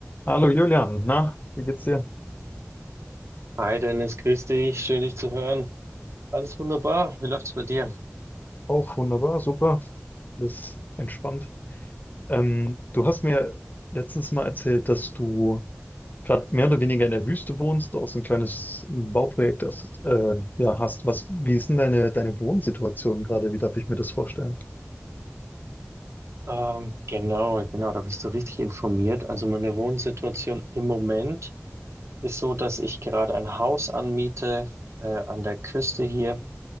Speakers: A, on the left; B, on the right.
A: Hallo Julian, na, wie geht's dir?
B: Hi Dennis, grüß dich, schön dich zu hören. Alles wunderbar, wie läuft's bei dir?
A: Auch wunderbar, super. Alles entspannt. Ähm, du hast mir letztens mal erzählt, dass du gerade mehr oder weniger in der Wüste wohnst, auch so ein kleines Bauprojekt hast, äh, ja, hast. Was, wie ist denn deine, deine Wohnsituation gerade? Wie darf ich mir das vorstellen?
B: Ähm, genau, genau, da bist du richtig informiert. Also meine Wohnsituation im Moment ist so, dass ich gerade ein Haus anmiete äh, an der Küste hier